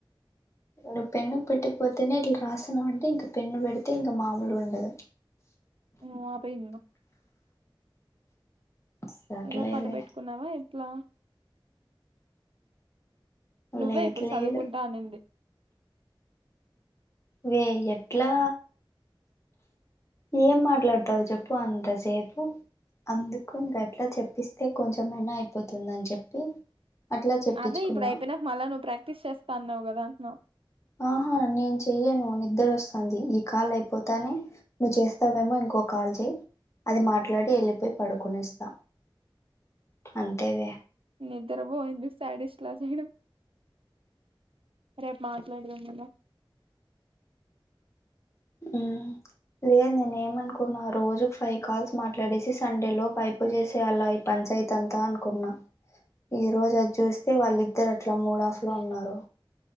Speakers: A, on the left (about 30°); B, on the right (about 85°).
A: నువ్వు పెన్ను పెట్టకపోతేనే ఇట్ల రాస్తున్నావ్ అంటే ఇంక పెన్ను పెడితే ఇంక మామూలుగా ఉండదు.
B: నువ్వు ఆపేయ్ ఇంగ
A: సర్లేవే
B: ఇంగ పని పెట్టుకున్నావ ఎట్లా? నువ్వే
A: లేదు
B: ఇప్పుడు
A: లేదు
B: చదువుకుంటా అనింది.
A: వే ఎట్లా ఏం మాట్లాడతావ్ చెప్పు అంతసేపు అందుకు ఇంగ అట్ల చెప్పిస్తే కొంచమయినా అయిపోతుందని చెప్పి, అట్లా చెప్పించుకున్నా
B: అదే ఇప్పుడు అయిపోయినాక మళ్ళా నువ్వు ప్రాక్టీస్ చేస్తా అన్నావు కదా అంటన్న
A: ఆహా నేన్ చెయ్యను నిద్దరొస్తాంది ఈ కాల్ అయిపోతానే నువ్ చేస్తావేమో ఇంకో కాల్ చేయి అది మాట్లాడి వెళ్ళిపోయి పడుకొనేస్తా అంతేవే
B: నిద్రపో ఎందుకు శాడిస్ట్ ల చేయడం రేపు మాట్లాడుదాం ఇంగ
A: మ్ లేదు నేను ఏమనుకున్నా రోజుకి ఫైవ్ కాల్స్ మాట్లాడేసి సండే లోపు ఐపో చేసేయల్ల పంచాయతీ అంతా అనుకున్నా ఈ రోజు అచూస్. అయితే వాళ్ళిద్దరు అట్లా మూడ ఆఫ్ లో
B: మళ్ళ
A: ఉన్నారు.